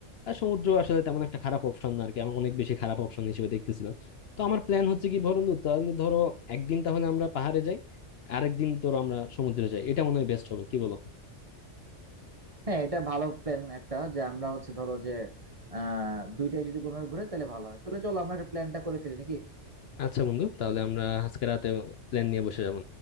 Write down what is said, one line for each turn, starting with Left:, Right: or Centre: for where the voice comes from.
Left: আহ, সমুদ্র আসলে তেমন একটা খারাপ অপশন না আর কি আমি অনেক বেশি খারাপ অপশন হিসেবে দেখতেছিলাম তো আমার প্ল্যান হচ্ছে কি বন্ধু তাহলে ধরো একদিন তাহলে আমরা পাহাড়ে যাই আরেকদিন ধরো আমরা সমুদ্রে যাই এটা মনে হয় বেস্ট হবে কি বলো
Right: হ্যাঁ এটা ভালো প্ল্যান একটা যে আমরা হচ্ছে ধরো যে আহ দুইটাই যদি কোনোভাবে ঘুরে তাহলে ভালো হয় তাহলে চলো আমরা একটা প্ল্যানটা করে ফেলি নাকি
Left: আচ্ছা বন্ধু তাহলে আমরা আজকে রাতে প্ল্যান নিয়ে বসে যাবো